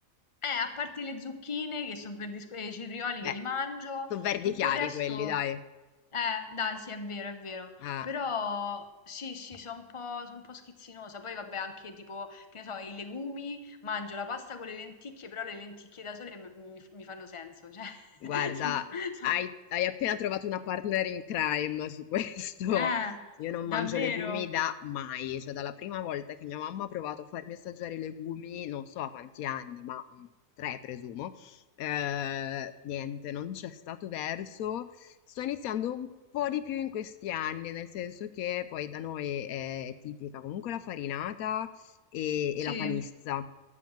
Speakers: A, on the left; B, on the left.
A: Eh, a parte le zucchine che sono verdisco e i cetrioli che
B: Beh,
A: li mangio,
B: so' verdi
A: tutto
B: chiari
A: il resto,
B: quelli, dai.
A: eh, dai, sì, è vero, è vero.
B: Eh.
A: Però sì, sì, sono un po', sono un po' schizzinosa. Poi vabbè, anche tipo, che ne so, i legumi, mangio la pasta con le lenticchie, però le lenticchie da sole mi, mi- mi fanno senso, cioè,
B: Guarda,
A: <laughs> sono, sono-
B: hai hai appena trovato una partner in crime su questo.
A: eh,
B: Io non
A: davvero,
B: mangio legumi da mai, cioè dalla prima volta che mia mamma ha provato a farmi assaggiare i legumi, non so a quanti anni, ma mh, tre presumo, eh, niente, non c'è stato verso. Sto iniziando un po' di più in questi anni, nel senso che poi da noi è, è tipica comunque la farinata e,
A: sì.
B: e la panissa,